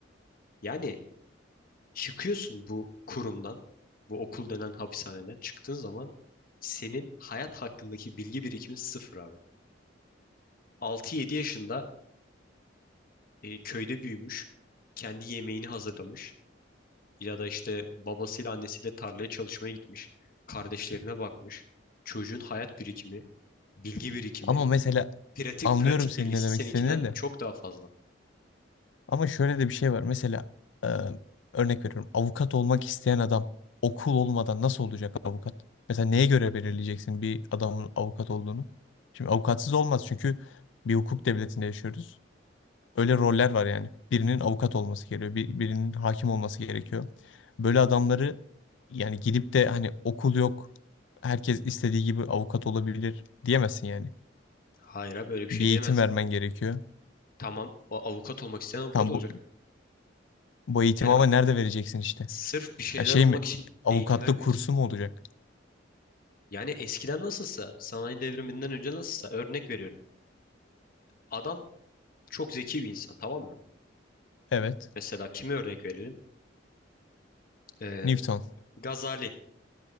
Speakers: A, on the left (about 50°); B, on the left (about 80°).
A: Yani çıkıyorsun bu kurumdan, bu okul denen hapishaneden çıktığın zaman senin hayat hakkındaki bilgi birikimin sıfır abi. Altı yedi yaşında e, köyde büyümüş. Kendi yemeğini hazırlamış. Ya da işte babasıyla annesiyle tarlaya çalışmaya gitmiş. Kardeşlerine bakmış. Çocuğun hayat birikimi, bilgi birikimi,
B: Ama mesela
A: pratik
B: anlıyorum
A: pratik
B: senin
A: bilgisi
B: ne demek
A: seninkinden
B: istediğini de.
A: çok daha fazla.
B: Ama şöyle de bir şey var. Mesela e, örnek veriyorum. Avukat olmak isteyen adam okul olmadan nasıl olacak avukat? Mesela neye göre belirleyeceksin bir adamın avukat olduğunu? Şimdi avukatsız olmaz çünkü bir hukuk devletinde yaşıyoruz. Öyle roller var yani. Birinin avukat olması gerekiyor, bir- birinin hakim olması gerekiyor. Böyle adamları yani gidip de hani okul yok, herkes istediği gibi avukat olabilir diyemezsin yani.
A: Hayır abi böyle bir
B: Bir
A: şey
B: eğitim
A: diyemezsin
B: vermen
A: zaten.
B: gerekiyor.
A: Tamam o avukat olmak isteyen avukat
B: Tam
A: olacak.
B: bu, bu eğitimi
A: Yani
B: ama
A: bak
B: nerede vereceksin işte?
A: sırf bir şeyler
B: Ya şey
A: olmak
B: mi?
A: için
B: Avukatlık
A: eğitim vermeyeceksin.
B: kursu mu olacak?
A: Yani eskiden nasılsa, sanayi devriminden önce nasılsa örnek veriyorum. Adam çok zeki bir insan tamam mı?
B: Evet.
A: Mesela kimi örnek verelim? Ee,
B: Newton.
A: Gazali.